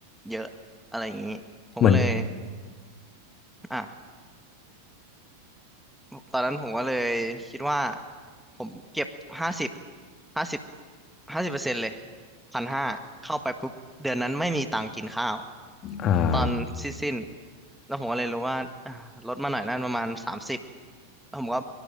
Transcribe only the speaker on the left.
เหมือน
อ่า